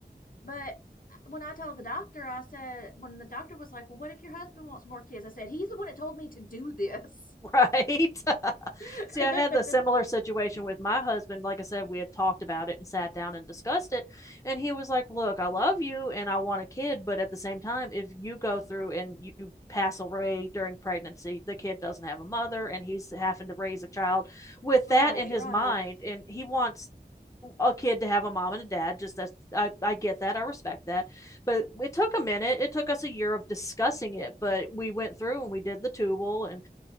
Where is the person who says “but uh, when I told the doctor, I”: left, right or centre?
Left